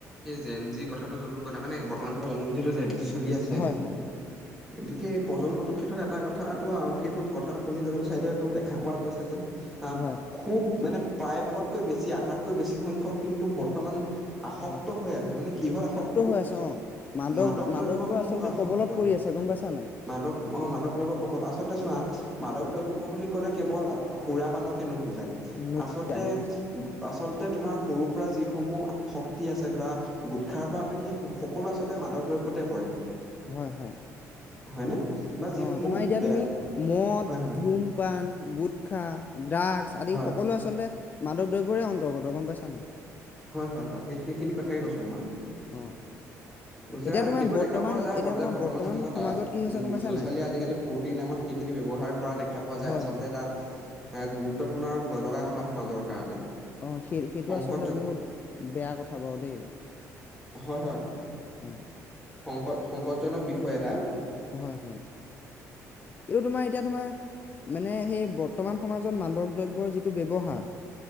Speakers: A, in the centre; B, on the left.
A: এই জেন জি কথাটো যোনটো কলে মানে বৰ্তমান প্ৰজন্মতো যি জেন জি চলি আছে
B: হয় হয়
A: গতিকে এই প্ৰজন্মটোৰ ক্ষেত্ৰত এটা কথাটো সেইটো কথাটো তুমি যেনেকুৱা চাইদ একদম দেখা পোৱা গৈছে যে অ
B: হয়
A: খুব মানে প্ৰায়ভাগতকৈ বেছি আধাতকৈ বেছি সংখ্যক কিন্তু বৰ্তমান আসক্ত
B: হয়
A: হৈ আছে মানে কিহত আসক্ত
B: হৈ আছে অ
A: মাদক দ্ৰব্যসমূহক
B: মাদকবোৰ আচলতে
A: আসক্ত
B: কবলত পৰি আছে গম পাইছা নাই
A: মাদক আহ মাদক দ্ৰব্য ক'বল আচলতে চোৱা মাদক
B: হয়
A: দ্ৰব্য বুলি ক'লে কেৱল সুৰা পানকে নুবুজাই
B: নুবুজাই
A: আচলতে
B: নুবুজাই
A: আচলতে তোমাৰ সৰু সুৰা যিসমূহ শক্তি আছে ধৰা গুটখাৰ পৰা ধৰি সেই সকলো আচলতে মাদক দ্ৰব্যতে পৰে।
B: হয় হয়।
A: হয়নে? বা যিসমূহ
B: অ তোমাৰ এতিয়া
A: বেয়া
B: তুমি মদ,
A: হয় হয়
B: ধুমপান, গুটখা, ড্ৰাগ আদি
A: হয়
B: সকলো আচলতে মাদক দ্ৰব্যৰে অন্তৰ্গত গম পাইছানে?
A: হয় হয় হয়‌ সেইখিনি কথাকেই কৈছো মই।
B: অ
A: <unintelligible>
B: এতিয়া তোমাৰ
A: সেইটো
B: বৰ্তমান
A: দেখা পোৱা যায়
B: এতিয়া তোমাৰ
A: যে বৰ্তমান সময়ত
B: সমাজত
A: আ‌
B: কি হৈছে
A: অ
B: গম পাইছা
A: লৰা
B: নাই?
A: ছোৱালীয়ে আজিকালি ফূৰ্তি নামত সেইখিনি ব্যৱহাৰ কৰা দেখা পোৱা যায়
B: হয়
A: আচলতে
B: হয়।
A: তাত গুৰুত্বপূৰ্ণ আৰু ভয় লগা কথা সমাজৰ কাৰণে।
B: অ সেই সেইটো
A: সংকট
B: আচলতে বহুত, বেয়া কথা বাৰু দেই।
A: হয়-হয়।
B: অ
A: সংক সংকটজনক বিষয় এটা।
B: হয়-হয় এইটো তোমাৰ এতিয়া তোমাৰ মানে সেই বৰ্তমান সমাজত মাদক দ্ৰব্যৰ যিটো ব্যৱহাৰ,